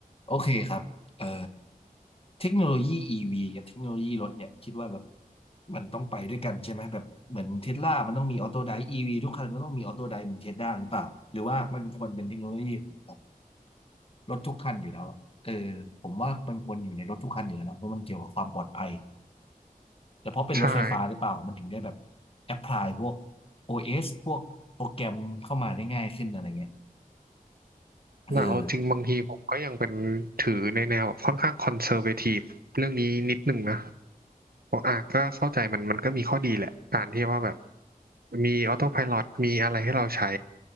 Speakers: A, on the left (about 40°); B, on the right (about 85°).
A: โอเคครับเอ่อเทคโนโลยีอีวีกับเทคโนโลยีรถเนี่ยคิดว่าแบบมันต้องไปด้วยกันใช่ไหมแบบเหมือนเทสลามันต้องมีออโต้ได EV ทุกคันก็ต้องมีออโต้ไดเหมือนเทสลาหรือเปล่าหรือว่ามันควรเป็นเทคโนโลยีของรถทุกคันอยู่แล้วอะเออผมว่ามันควรอยู่ในรถทุกคันอยู่แล้วนะเพราะมันเกี่ยวกับความปลอดภัยแต่เพราะเป็นรถไฟฟ้าหรือเปล่ามันถึงได้แบบ
B: ใช่
A: แอพพลายพวกโอ s พวกโปรแกรมเข้ามาได้ง่ายขึ้นอะไรเงี้ยเออ
B: แต่เอาจริงบางทีผมก็ยังเป็นถือในแนวแบบค่อนข้างคอนเซอร์เวทีฟเรื่องนี้นิดหนึ่งนะบอกอ่ะก็เข้าใจมันมันก็มีข้อดีแหละการที่ว่าแบบมีออโต้ไพลอตมีอะไรให้เราใช้